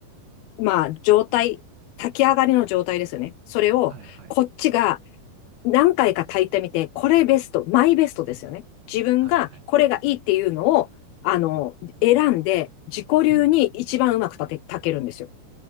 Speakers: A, on the left; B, on the right.
A: まあ、状態、炊き上がりの状態ですよね。それを、
B: はい、はい。
A: こっちが何回か炊いてみて、これベスト、マイベストですよね。自分がこれがいいっていうのを、
B: はい、はい。
A: あの、選んで、自己流に一番うまく炊け、
B: うん。
A: 炊けるんですよ。